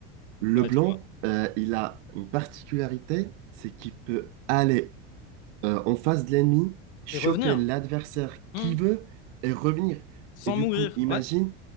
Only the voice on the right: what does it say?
Leblanc,
euh, il a une particularité, c'est qu'il peut aller euh, en face de l'ennemi, choper
l'adversaire
qui veut et revenir.
Et du
coup, imagine,